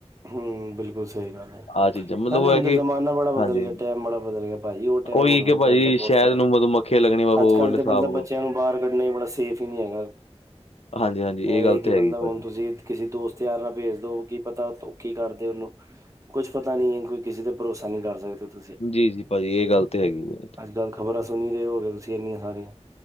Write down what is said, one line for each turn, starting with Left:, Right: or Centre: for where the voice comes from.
Right: ਹਮ, ਬਿਲਕੁਲ ਸਹੀ ਗੱਲ ਹੈ।
Left: ਆਹ ਚੀਜ਼ਾਂ ਮਤਲਬ
Right: ਨਾਲੇ
Left: ਉਹ
Right: ਹੁਨ
Left: ਹੈ ਕਿ
Right: ਤੇ ਜ਼ਮਾਨਾ ਬੜਾ ਬਦਲ
Left: ਹਾਂਜੀ
Right: ਗਿਆ, ਟਾਈਮ ਬੜਾ ਬਦਲ ਗਿਆ, ਪਾਂਦੀ, ਉਹ ਟਾਈਮ
Left: ਉਹੀ
Right: ਤੇ
Left: ਕਿ
Right: ਹੁਨ
Left: ਭਾਜੀ
Right: ਟਾਈਮ
Left: ਸ਼ਹਿਦ
Right: ਅਰੇ,
Left: ਨੂੰ ਮਧੂਮੱਖੀਆਂ ਲੱਗਣੀ ਵਾ
Right: ਅੱਜ
Left: ਹੋਰ
Right: ਕੱਲ ਤੇ
Left: ਹਿਸਾਬ
Right: ਮਤਲਬ ਬੱਚਿਆਂ ਨੂੰ ਬਾਹਰ ਕੱਢਣਾ ਬੜਾ ਸੇਫ ਹੀ ਨੀ ਹੈਗਾ।
Left: ਹਾਂਜੀ-ਹਾਂਜੀ
Right: ਇਹ
Left: ਗੱਲ
Right: ਕਿ
Left: ਤੇ
Right: ਮਤਲਬ
Left: ਹੈਗੀ ਭਾਜੀ
Right: ਹੁਣ ਤੁਸੀਂ ਕਿਸੇ ਦੋਸਤ ਯਾਰ ਨਾਲ ਭੇਜ ਦੋ, ਕੀ ਪਤਾ ਕੀ ਕਰਦੇ ਉਹਨੂੰ, ਕੁਛ ਪਤਾ ਨੀ ਹੈ ਕੋਈ ਕਿਸੇ ਤੇ ਭਰੋਸਾ ਨਹੀਂ ਕਰ ਸਕਦੇ ਤੁਸੀਂ
Left: ਜੀ- ਜੀ ਭਾਜੀ, ਇਹ ਗੱਲ ਤੇ ਹੈਗੀ ਆ।
Right: ਕਲ ਖ਼ਬਰ ਸੁਨ ਰਹੇ ਹੋ, ਗਏ ਤੁਸੀਂ ਇੰਨੀਆਂ ਸਾਰੀਆਂ